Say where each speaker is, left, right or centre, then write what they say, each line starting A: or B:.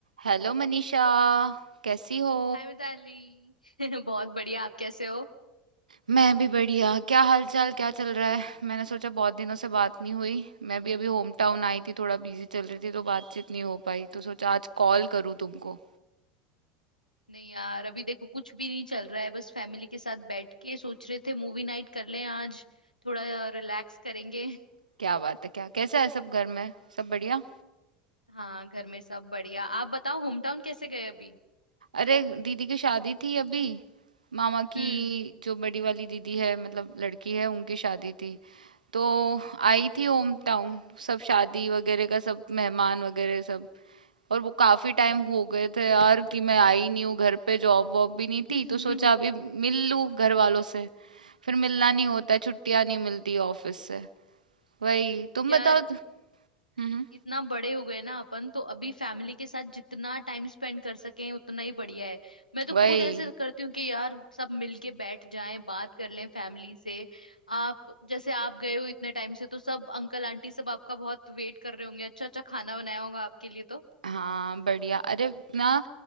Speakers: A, on the right; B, on the left.
A: Hello Manisha कैसी हो
B: हाय मिताली <laughs> बहुत बढ़िया आप कैसे हो
A: मैं भी बढ़िया क्या हाल चाल क्या चल रहा है मैंने सोचा बहुत दिनों से बात नहीं हुई मैं भी अभी होम टाउन आई थी थोड़ा बिजी चल रही थी तो बातचीत नहीं हो पाई तो सोचा आज कॉल करूँ तुमको
B: नहीं यार अभी देखो कुछ भी नहीं चल रहा है बस फैमिली के साथ बैठ के सोच रहे थे मूवी नाइट कर लें आज थोड़ा रिलैक्स करेंगे
A: क्या बात है क्या कैसा है सब घर में सब बढ़िया
B: <laughs> हाँ घर में सब बढ़िया आप बताओ होम टाउन कैसे गए अभी
A: अरे दीदी की शादी थी अभी मामा की
B: हम्म
A: जो बड़ी वाली दीदी है मतलब लड़की है उनकी शादी थी तो आई थी होम टाउन सब शादी वगैरह का सब मेहमान वगैरह सब और वो काफी टाइम हो गए थे यार कि मैं आई नहीं हूँ घर पे जॉब वॉब भी नहीं
B: हम्म
A: थी तो सोचा अभी मिल लूँ घर वालों से फिर मिलना नहीं होता है, छुट्टियां नहीं मिलती ऑफिस से वही
B: <laughs>
A: तुम
B: यार
A: बताओ हम्म हम्म,
B: इतना बड़े हो गए ना अपन तो अभी फैमिली के साथ जितना टाइम स्पेंड कर सकें उतना ही बढ़िया है मैं तो
A: वही
B: खुद ऐसे करती हूँ कि यार सब मिलके बैठ जाएं बात कर लें फैमिली से आप जैसे आप गए हो इतने टाइम से तो सब अंकल आंटी सब आपका बहुत वेट कर रहे होंगे अच्छा अच्छा खाना बनाया होगा आपके लिए तो
A: हाँ बढ़िया अरे ना